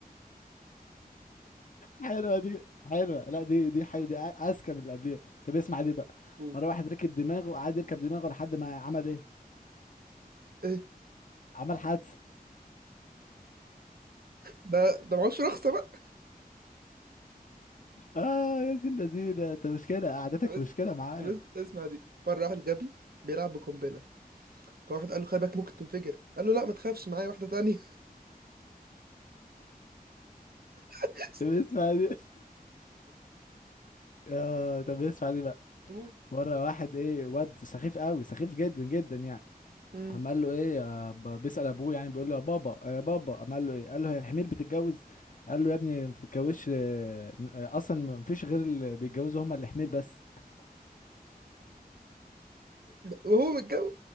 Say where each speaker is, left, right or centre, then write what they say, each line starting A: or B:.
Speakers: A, on the left; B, on the right.
A: حلوه دي حلوه لا دي دي حلوه دي اذكى من اللي قبليها طب اسمع دي بقى
B: قول.
A: مره واحد ركب دماغه قعد يركب دماغه لحد ما عمل ايه
B: ايه
A: عمل حادثه
B: ده ده معهوش رخصة بقى
A: اه يا ابن اللذينه انت مشكله قعدتك
B: طب
A: مشكله معايا
B: بس اسمع دي مرة واحد غبي بيلعب بقنبلة فواحد قال له خلي بالك ممكن تنفجر قال له لا ما تخافش معايا واحدة تانية <laughs>
A: طب اسمع دي اه طب اسمع دي بقى
B: أموت.
A: مره واحد ايه واد سخيف قوي سخيف جدا جدا يعني
B: أمم.
A: قام قال له ايه آه، ب- بيسأل ابوه يعني بيقول له يا بابا يا بابا قام قال له ايه قال له هي الحمير بتتجوز قال له يا ابني ما بتتجوزش آه، آه، اصلا ما فيش غير اللي بيتجوزوا هم الحمير بس
B: وهو متجوز